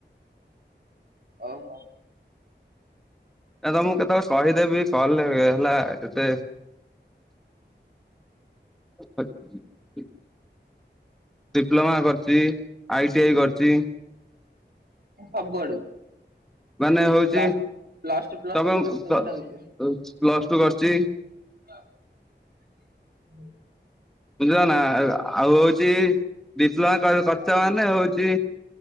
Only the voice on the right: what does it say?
ଅ ହୋ।
ସବୁଆଡୁ
ପ୍ଲସ୍ ପ୍ଲସ ଟୁ ପ୍ଲସ
ଥ୍ରୀ
କରିଥିଲ ଯାହା ଲାଗୁଛି।
<unintelligible> ହୁଁ
ହଁ